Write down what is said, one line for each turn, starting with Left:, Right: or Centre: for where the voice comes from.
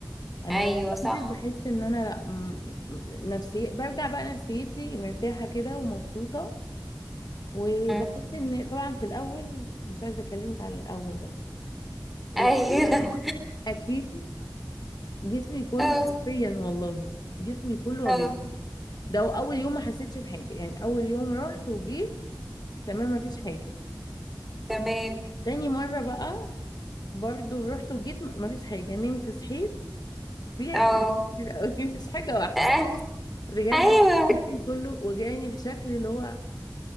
Left: انا
Centre: ايوه صح
Left: بنزل بحس ان انا لا م- م- نفسي برجع بقى نفسيتي مرتاحه كده ومبسوطه وبحس
Centre: مم.
Left: ان طبعا في الاول مش عايزه اكلمك على الاول ده
Centre: ايوه
Left: الاول اكيد جسمي
Centre: <laughs>
Left: كله
Centre: اه
Left: حرفيا والله جسمي كله
Centre: اه
Left: وجعني ده اول يوم ما حسيتش بحاجه يعني اول يوم رحت وجيت تمام مفيش حاجة
Centre: تمام
Left: تاني مرة بقى برضو رحت وجيت م- مفيش حاجة نمت صحيت في
Centre: اه
Left: حاجات كتير قوي <laughs> مش حاجة واحدة
Centre: آه،
Left: بجد
Centre: ايوه
Left: جسمي كله وجعني بشكل اللي هو